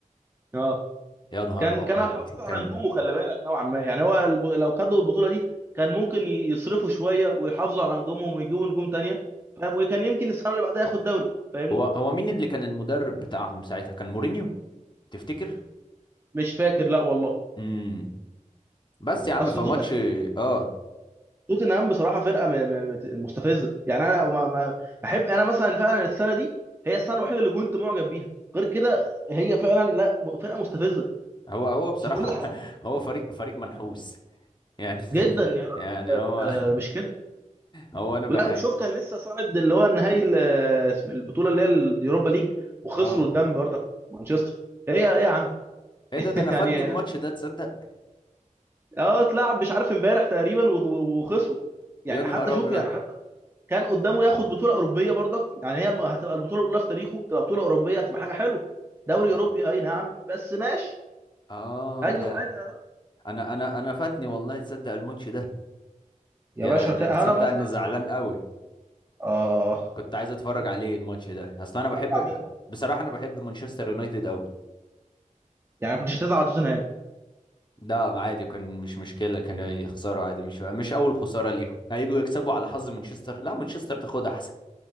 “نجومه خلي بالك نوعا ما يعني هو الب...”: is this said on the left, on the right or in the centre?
Right